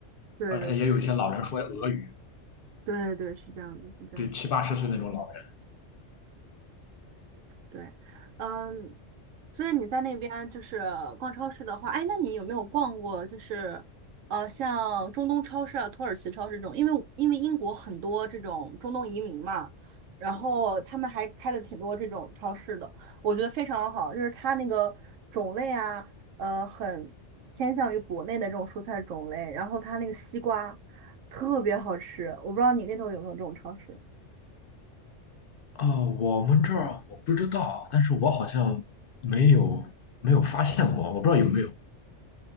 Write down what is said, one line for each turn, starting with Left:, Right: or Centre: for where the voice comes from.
Right: 对
Left: 而且也有一些老人说俄语，
Right: 对对对，是这样的，是这样的
Left: 就七八十岁那种老人。
Right: 对，嗯，所以你在那边就是逛超市的话，哎，那你有没有逛过就是呃像中东超市啊、土耳其超市这种？因为因为英国很多这种中东移民嘛，然后他们还开了挺多这种超市的，我觉得非常好，就是它那个种类啊，呃，很偏向于国内的这种蔬菜种类，然后它那个西瓜特别好吃，我不知道你那头有没有这种超市。
Left: 啊，我们这儿我不知道，但是我好像没有没有发现过，我不知道有没有。